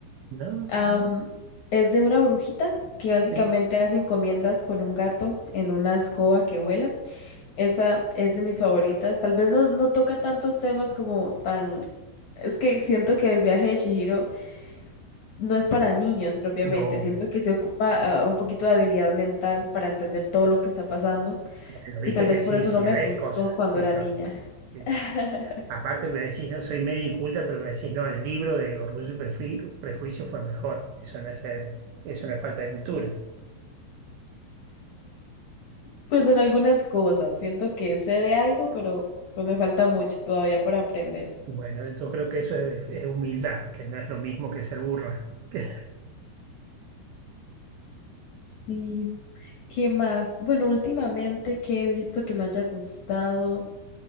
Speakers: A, on the right (about 85°); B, on the left (about 65°).
A: No,
B: Am,
A: no,
B: es de una brujita que básicamente
A: sí.
B: hace encomiendas con un gato en una escoba que vuela. Esa es de mis favoritas. Tal vez no, no toca tantos temas como tan... Es que siento que el viaje de Chihiro no es para niños propiamente.
A: No,
B: Siento que se ocupa ah, un poquito de habilidad mental para entender todo lo que está pasando.
A: bueno, viste
B: Y tal vez
A: que sí,
B: por eso
A: sí,
B: no me
A: ves
B: gustó
A: cosas,
B: cuando
A: sí,
B: era
A: son.
B: niña.
A: Sí.
B: <laughs>
A: Aparte me decís, no, soy medio inculta, pero me decís, no, el libro de Orgullo y Prefi- Prejuicio fue mejor. Eso no es ser, eso no es falta de cultura.
B: Pues en algunas cosas. Siento que sé de algo, pero pues me falta mucho todavía por aprender.
A: Bueno, yo creo que eso es, es humildad, que no es lo mismo que ser burra. <laughs>
B: Sí. ¿Qué más? Bueno, últimamente que he visto que me haya gustado.